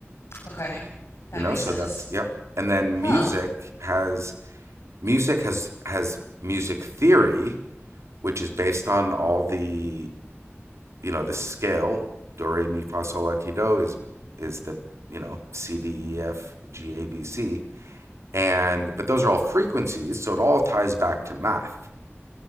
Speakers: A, on the left; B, on the right.
A: okay. That
B: you know?
A: makes
B: So
A: sense.
B: that's yeah. And then
A: Huh.
B: music has music has has music theory, which is based on all the, you know, the scale, do re mi fa sol la ti do is is the, you know, C D E F G A B C and but those are all frequencies, so it all ties back to math